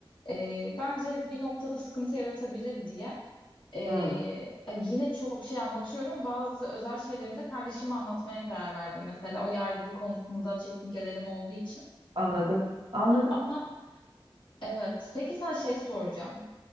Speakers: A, on the left; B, on the right.
A: e, bence bir noktada sıkıntı yaratabilir diye. Ee,
B: Hı,
A: yine çok şey anlatıyorum. ama Bazı özel şeylerimi de kardeşime anlatmaya karar verdim mesela. O yargı konusunda çekingelerim olduğu için.
B: anladım. Anladım.
A: Ama evet. Peki sen şey soracağım.